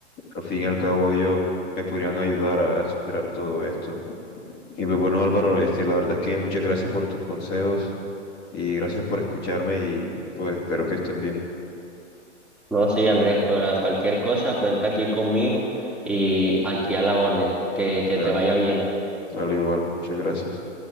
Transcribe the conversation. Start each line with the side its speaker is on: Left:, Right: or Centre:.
Left: al fin y al cabo ellos me podrían ayudar a, a superar todo esto. Y pues bueno, Álvaro, este, la verdad es que muchas gracias por tus consejos y gracias por escucharme y pues espero que estés bien.
Centre: No, sí, Andrés, para cualquier cosa cuenta aquí conmigo y aquí a la orden. Que, que
Left: Dale,
Centre: te vaya bien.
Left: dale igual, muchas gracias.